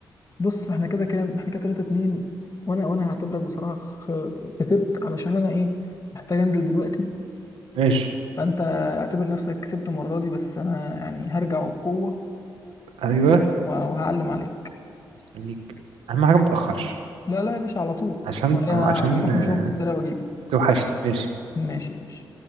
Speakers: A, on the left; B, on the right.
A: بص احنا كده كام احنا كده 3 2 وانا وانا هعتبرك بصراحة خ- كسبت علشان انا ايه محتاج انزل دلوقتي
B: ماشي
A: فانت اعتبر نفسك كسبت المرة دي بس انا يعني هرجع بقوة
B: ايوه
A: و- وهعلم عليك
B: مستنيك اهم حاجه ما تاخرش
A: لا لا يا باشا على طول
B: عشان
A: انا
B: أو عشان
A: هروح
B: آه،
A: مشوار في السريع واجيلك
B: توحشني ماشي
A: ماشي يا باشا